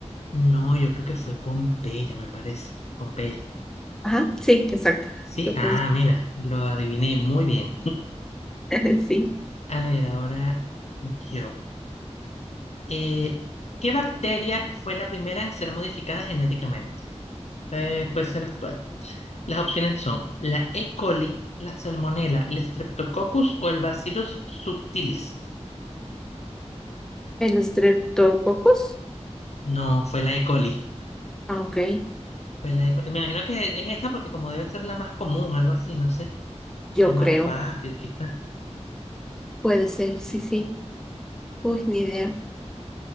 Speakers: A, on the left (about 65°); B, in the centre.
A: No, yo creo que fue Pompeya, me parece. Pompeya.
B: ajá, sí, exacto.
A: Sí,
B: Lo
A: ah,
B: puse,
A: mira, lo adiviné muy bien.
B: <laughs> Sí.
A: A ver, ahora yo. Eh, ¿qué bacteria fue la primera en ser modificada genéticamente? Eh, puede ser actual. Las opciones son la E. coli, la Salmonella, el Streptococcus o el Bacillus subtilis.
B: El estreptococos,
A: No, fue la E. coli.
B: ah, ok,
A: Fue la E. coli. Me imagino que es esa porque como debe ser la más común, algo así, no sé,
B: yo
A: la más
B: creo,
A: fácil quizás.
B: puede ser, sí, sí. Uy, ni idea.